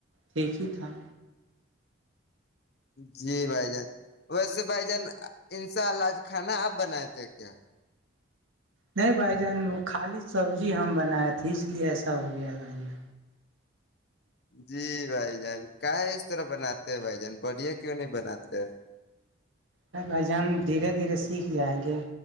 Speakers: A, on the right (about 75°); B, on the left (about 55°).
A: ٹھیک ہی تھا
B: جی بھائی جان ویسے بھائی جان ان شاءج کھانا آپ بنائے تھے کیا
A: نہیں بھائی جان وہ خالی سبزی ہم بنائے تھے اس لیے ایسا ہو گیا بھائی جان
B: جی بھائی جان کا ہے اس طرح بناتے ہیں بھائی جان بڑیا کیوں نہیں بناتے ہیں
A: ر بھائی جان دھیرے دھیرے سیکھ جائیں گے